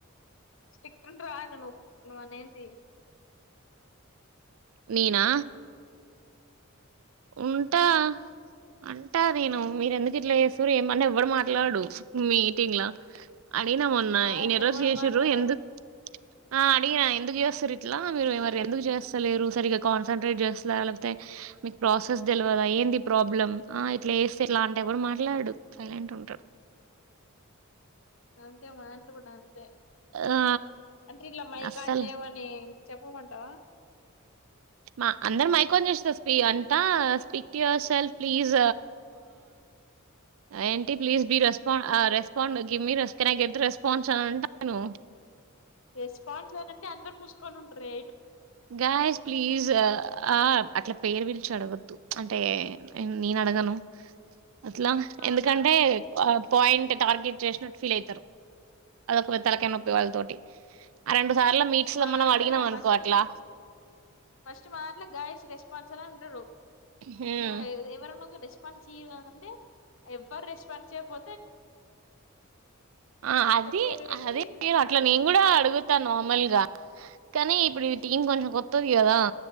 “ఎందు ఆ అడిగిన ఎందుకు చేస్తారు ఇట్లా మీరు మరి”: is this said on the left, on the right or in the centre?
Right